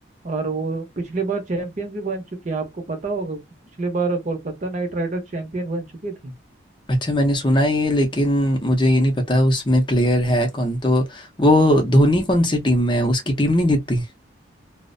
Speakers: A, on the right; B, on the left.
A: और वो पिछले बार चैंपियन भी बन चुकी है आपको पता होगा पिछले बार कोलकाता नाइट राइडर चैंपियन बन चुकी थी
B: अच्छा मैंने सुना है ये लेकिन मुझे ये नहीं पता उसमें प्लेयर है कौन तो वो धोनी कौन सी टीम में है उसकी टीम नहीं जीतती